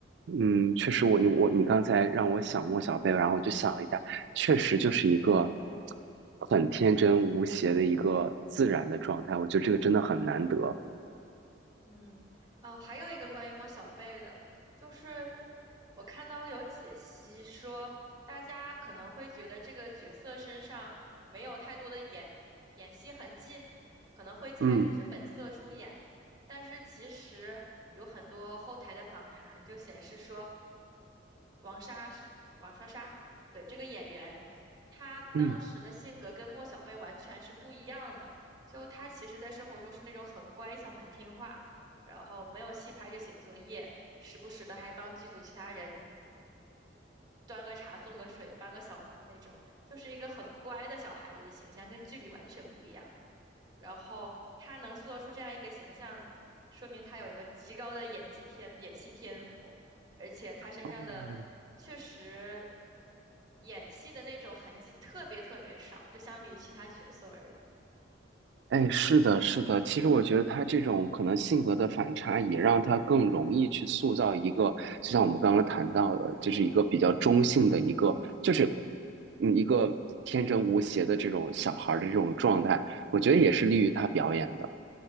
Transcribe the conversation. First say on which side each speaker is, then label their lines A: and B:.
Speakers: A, on the right; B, on the right.
A: 嗯，确实我你我你刚才让我想莫小贝，然后我就想了一下，确实就是一个很天真无邪的一个自然的状态。我觉得这个真的很难得。
B: 嗯，哦，还有一个关于莫小贝的，就是我看到有解析说，大家可能会觉得这个角色身上没有太多的演演戏痕迹，可能会猜他是本色出演，
A: 嗯
B: 但是其实有很多后台的访谈就显示说，王莎是王莎莎，对，这个演员，她当时的性格跟莫小贝完全是不一样的。
A: 嗯，
B: 就她其实，在生活中是那种很乖巧、很听话，然后没有戏拍就写作业，时不时的还帮剧组其他人端个茶、送个水、帮个小忙那种，就是一个很乖的小孩子的形象，跟剧里完全不一样。然后他能塑造出这样一个形象，说明他有一个极高的演技天、演戏天赋，而且他身上的确实
A: 哦，
B: 演戏的那种痕迹特别特别少，就相比于其他角色而言，
A: 哎，是的，是的。其实我觉得他这种可能性格的反差，也让他更容易去塑造一个，就像我们刚刚谈到的，就是一个比较中性的一个，就是嗯一个天真无邪的这种小孩儿的这种状态。我觉得也是利于他表演的。